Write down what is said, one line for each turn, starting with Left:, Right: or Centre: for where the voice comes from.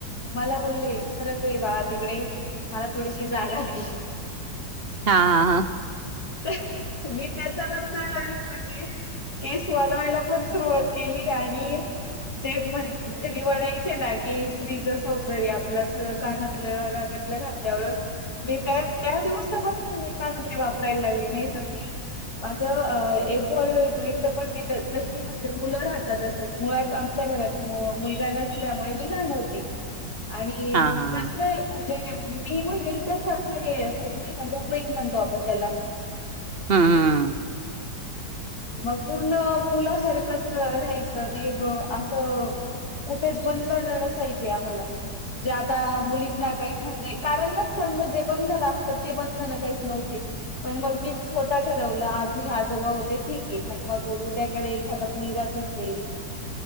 Left: मला बोलले सरक रे बाळ तिकडे मला थोडीशी जागा दिली.
Right: हा हा
Left: <inaudible> मी त्याच्या नंतर आले. म्हणजे? केस वाढवायला पण सुरुवात केली आणि जे म्हण जेंनी म्हणायचे ना कि स्त्रीच सौंदर्य आपलं सगळं कानातलं, नाकातलं घातल्यावरच मी त्या त्या दिवसापासून मी कानातले वापरायला लागली नाहीतर मी माझ अ एक वळ <unintelligible> इथं पण मी जशी म्हणजे मुलं राहतात असत मुळात आमच्या घरात मु-मुलगा नसल्यामुळे मी लहान होती. आणि
Right: हा हा हा
Left: जस
Right: हा
Left: ए जे मी म्हणेल तस असं हे असायचं नाही का ग. क्विक म्हणतो आपण त्याला <inaudible>
Right: हं हं
Left: मग पूर्ण मुलासारखंच राहायचं तेव असं कुठेच बंधन नसायचे आम्हाला जे अता मुलींना काय म्हणजे कारण नसताना जे बंद झालं असतात ते बंद झाणं काहीच नव्हते. पण मग मीच स्वतः ठरवलं आज हे आज जवा होते. ठीक आहे मण मग उद्याकडे एखादा मुलगाच असेल